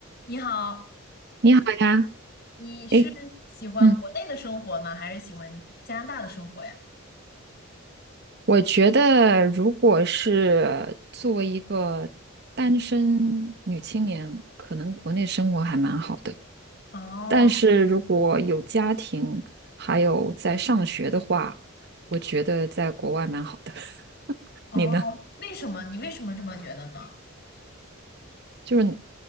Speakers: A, on the left; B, on the right.
A: 你好，
B: 你好呀，
A: 你是喜欢国内的生活呢，
B: 诶，嗯，
A: 还是喜欢加拿大的生活呀？
B: 我觉得如果是作为一个单身女青年，可能国内生活还蛮好的。
A: 哦
B: 但是如果有家庭，还有在上学的话，我觉得在国外蛮好的。<laughs>
A: 哦，
B: 你呢？
A: 为什么？你为什么这么觉得呢？
B: 就是